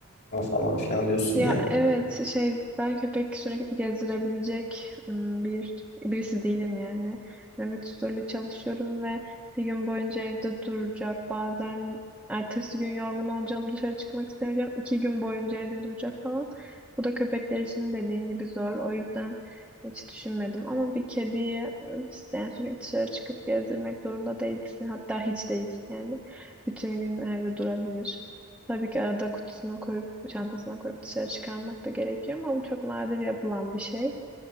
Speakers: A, on the left; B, in the centre.
A: falan filan diyorsun
B: Ya
A: ya.
B: evet şey ben köpek sürekli gezdirebilecek ım, bir birisi değilim yani. Nöbet usulü çalışıyorum ve bir gün boyunca evde duracak. Bazen ertesi gün yorgun olacağım dışarı çıkmak istemeyeceğim. İki gün boyunca evde duracak falan. Bu da köpekler için dediğin gibi zor. O yüzden hiç düşünmedim. Ama bir kediyi ıı, yani sürekli dışarı çıkıp gezdirmek zorunda değilsin. Hatta hiç değilsin yani. Bütün gün evde durabilir. Tabii ki arada kutusuna koyup, çantasına koyup dışarı çıkarmak da gerekiyor ama bu çok nadir yapılan bir şey.